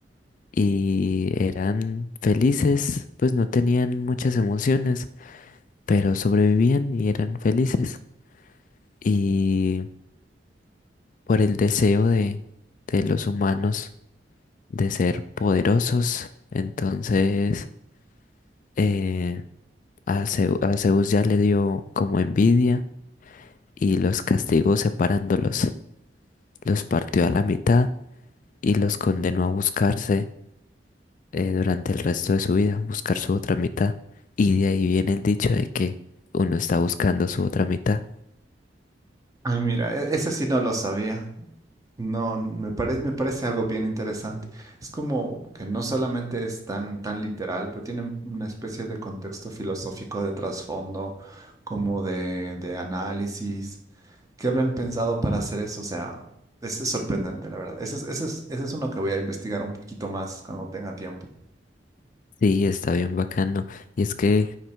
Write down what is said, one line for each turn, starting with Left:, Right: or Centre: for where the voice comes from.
Left: Y eran felices, pues no tenían muchas emociones, pero sobrevivían y eran felices. Y por el deseo de, de los humanos de ser poderosos, entonces eh, a Zeu- a Zeus ya le dio como envidia y los castigó separándolos. Los partió a la mitad y los condenó a buscarse eh, durante el resto de su vida, buscar su otra mitad. Y de ahí viene el dicho de que uno está buscando su otra mitad.
Right: Ay, mira, e- ese sí no lo sabía. No, me parece, me parece algo bien interesante. Es como que no solamente es tan, tan literal, pero tiene un- una especie de contexto filosófico de trasfondo, como de, de análisis. ¿Qué habrán pensado para hacer eso? O sea, es, es sorprendente, la verdad. Ese es, ese es, ese es uno que voy a investigar un poquito más cuando tenga tiempo.
Left: Sí, está bien bacano. Y es que,